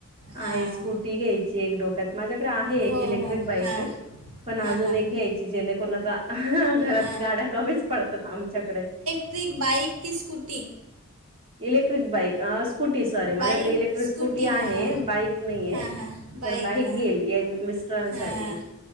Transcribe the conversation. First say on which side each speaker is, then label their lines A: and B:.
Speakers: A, on the right (about 80°); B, on the right (about 25°).
A: हां
B: आहेच स्कूट टी घ्यायची एक डोक्यात माझ्याकडे आहे एक
A: हो
B: इलेक्ट्रिक
A: हो
B: बाईक
A: हां
B: आहे पण अजून
A: हां हां
B: एक घ्यायची जेणेकरून आता घरात
A: हां
B: गाड्या कमीच पडतात आमच्याकडे
A: ट्रिक बाईक की स्कूटी
B: इलेक्ट्रिक बाईक अ स्कूटी सॉरी माझ्याकडे
A: बाईक
B: इलेक्ट्रिक स्कूटी आहे
A: हां
B: बाईक नाही
A: हां
B: हाय
A: हां
B: तर बाईक
A: हां
B: घेईल मिस्टरांसाठी
A: हां